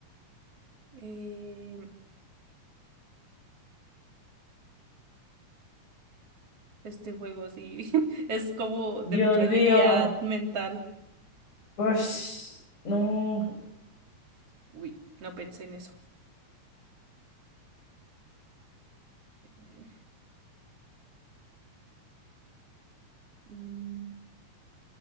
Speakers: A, on the right; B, on the left.
A: eh, este juego sí <laughs> es como
B: Dios
A: de mucha
B: mío.
A: agilidad mental.
B: Ush,
A: Eh,
B: no.
A: Uy, no pensé en eso. Eh, mm,